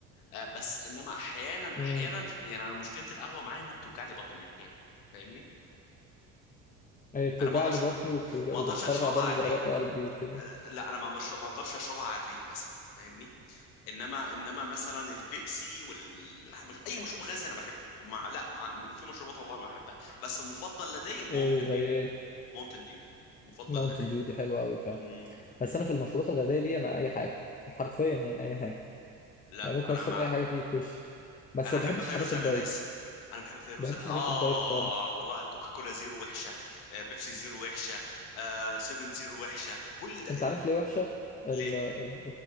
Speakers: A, on the left (about 75°); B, on the left (about 20°).
A: آه، بس انما احيانا
B: مم.
A: احيانا يعني انا مشكله القهوه معايا انها بتوجع لي بطني احيانا فاهمني
B: هي بتوجع
A: انا ما اقدرش
B: لي بطني وبتوجع-
A: ما
B: وبتسرع
A: اقدرش اشربها
B: برضو
A: على
B: ضربات
A: الريق
B: قلبي وكده
A: أنا- لا انا ما بشرب ما اقدرش اشربها على الريق مثلا فاهمني انما انما مثلا البيبسي وال مش- اي مشروب غازي انا بحبه مع لا مع في مشروبات والله ما بحبها بس المفضل لدي الماونتن
B: ايه زي
A: ديو
B: ايه
A: ماونتن ديو المفضل
B: ماونتن
A: لدي
B: ديو دي حلوه قوي فاهم
A: مم.
B: بس انا في المشروبات الغازيه دي انا اي حاجه حرفيا يعني اي حاجه
A: لا
B: يعني ممكن
A: انا
B: اشرب
A: مع
B: اي حاجه تيجي في وشي بس
A: انا
B: ما
A: احب
B: بحبش
A: فيروز
B: حاجات الدايت
A: اناناسي انا بحب فيروز
B: ما بحبش
A: اه
B: حاجات الدايت خالص
A: والله كوكا كولا زيرو وحشه آه بيبسي زيرو وحشه آه سيفن زيرو وحشه كل ده
B: انت عارف ليه وحشه ال
A: ليه
B: ال